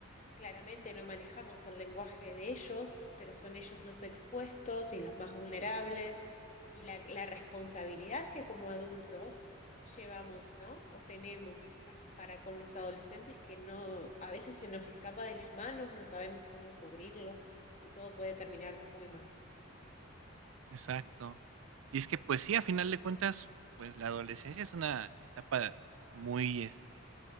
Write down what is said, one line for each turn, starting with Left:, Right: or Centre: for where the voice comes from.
Left: Claramente no manejamos el lenguaje de ellos, pero son ellos los expuestos y los más vulnerables y la, la responsabilidad que como adultos llevamos, ¿no? O tenemos as- para con los adolescentes que no, a veces se nos escapa de las manos, no sabemos cómo cubrirlo y todo puede terminar muy mal.
Right: exacto. Y es que, pues sí, a final de cuentas, pues la adolescencia es una etapa muy, este,